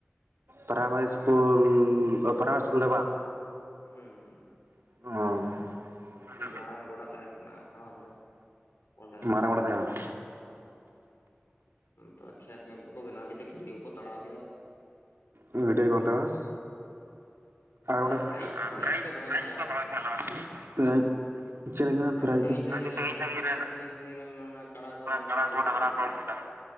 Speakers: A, on the right (about 75°); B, on the left (about 80°).
A: Primary school primary school ᱨᱮ ᱵᱟᱝ?
B: ᱦᱩᱸᱻ᱾
A: <unintelligible> ᱢᱟᱨᱮ
B: ᱢᱟᱨᱟᱝ ᱜᱚᱰᱟ ᱛᱟᱦᱮᱸ ᱠᱟᱱᱟ ᱦᱟᱱᱟ ᱫᱷᱟᱨᱮ ᱚᱸᱰᱮ
A: ᱢᱟᱨᱟᱝ ᱜᱚᱰᱟ ᱛᱟᱦᱮᱸᱠᱟᱱᱟ ᱚ᱾
B: ᱛᱚᱵ ᱠᱷᱮᱛ ᱢᱮᱛ ᱠᱚᱠᱚ ᱵᱮᱱᱟᱣ ᱠᱮᱫᱟ᱾ ᱜᱷᱟᱰᱤᱛᱟ ᱠᱚᱠᱚ ᱛᱟᱲᱟᱣ ᱠᱮᱫᱟ᱾
A: ᱢᱤᱫᱴᱟᱹᱭ ᱠᱚ ᱛᱟᱣᱟ <unintelligible> ᱚᱰᱮ,
B: ᱟᱨ ᱯᱨᱟᱭᱤᱡᱽ ᱯᱨᱟᱭᱤᱡᱽ
A: ᱯᱮᱨᱟᱤᱪ
B: ᱠᱚ ᱫᱚᱦᱚᱭ
A: ᱯᱮᱨᱟᱤᱪ
B: ᱛᱟᱦᱮᱸᱫ ᱞᱟᱦᱟ
A: ᱠᱚ
B: ᱛᱮᱫᱚ
A: ᱫᱚᱦᱚᱭ ᱛᱟᱦᱮᱱᱟ ᱾ ᱪᱮᱫ ᱞᱮᱠᱟ
B: ᱟᱹᱰᱤ
A: ᱯᱮᱨᱟᱤᱪ
B: ᱥᱟᱺᱜᱤᱧ
A: ᱫᱚ?
B: ᱥᱟᱺᱜᱤᱧ
A: ᱟᱰᱤ
B: ᱨᱮᱱ
A: ᱥᱟᱹᱜᱤᱧ ᱥᱟᱹᱜᱤᱧ ᱨᱮᱱ
B: ᱟᱹᱰᱤ ᱥᱟᱺᱜᱤᱧ ᱥᱟᱺᱜᱤᱧ ᱨᱮᱱ ᱚᱱᱟ ᱠᱟᱲᱟ ᱠᱚ ᱰᱟᱝᱨᱟ
A: ᱠᱟᱰᱟ
B: ᱟᱹᱜᱩ
A: ᱠᱚ
B: ᱠᱚᱛᱟ
A: ᱰᱟᱝᱨᱟ ᱟᱜᱩ
B: ᱛᱟᱦᱮᱸᱫ
A: ᱠᱚ ᱛᱟᱦᱮᱫ᱾